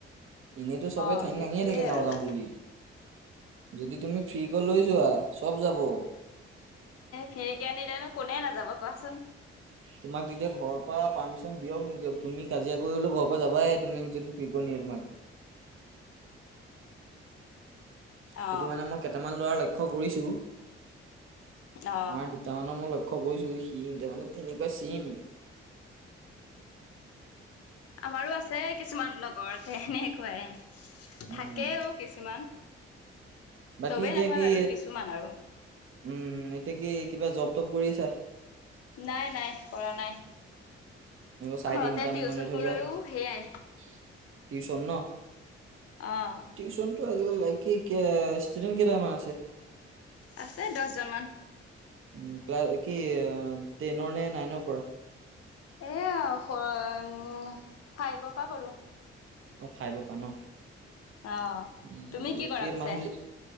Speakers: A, on the right; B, on the left.
A: এনেইটো চবে।
B: অহ,
A: ঠেং
B: সেইটোয়ে
A: দাঙিয়ে থাকে যাওঁ
B: আৰু।
A: যাওঁ বুলি যদি তুমি, ফ্ৰীক লৈ যোৱা চব যাব।
B: ফ্ৰীকে নিলেনো কোনে নাযাব, কোৱাচোন।
A: তোমাক তেতিয়া ঘৰৰ পৰা পাৰ্মিশ্যন দিয়ক নিকিয়ক। তুমি কাজিয়া কৰি হ'লেও ঘৰ পৰা যাবাই তুমিক যদি ফ্ৰী কৰি নিয়া। তোমাক।
B: অ
A: সেইটো মানে মই কেইটামান ল'ৰাৰ লক্ষ্য কৰিছো।
B: অ
A: আমাৰ দুটামানৰ মই লক্ষ লক্ষ্য কৰিছো, সি তাৰ মানে তেনেকুৱা চিম।
B: আমাৰো আছে, কিছুমান লগৰ তেনেকুৱাই এ।
A: উম
B: থাকে অ, কিছুমান।
A: বাকী
B: চবেই
A: এতিয়া
B: নহয়
A: কি।
B: বাৰু কিছুমান আৰু
A: উম, এতিয়া কি। কিবা জপটপ কৰি আছা?
B: নাই - নাই কৰা নাই।
A: চাই
B: ঘৰতে
A: ইনকাম
B: টিউচন
A: মানে ধৰি
B: কৰো
A: লোৱা,
B: আৰু সেয়াই
A: টিউচন ন?
B: আহ,
A: টিউচনটো কি ষ্টুডেণ্ট কেইটামান আছে?
B: আছে দহজনমান।
A: উম, ক্লাছ কি টেনৰ নে, নাইনৰ কৰা?
B: এয়া উম, ফাইবৰ পৰা কৰো।
A: ফাইভৰ ন।
B: অ,
A: উম,
B: তুমি কি কৰা পিছে?
A: মান্থলি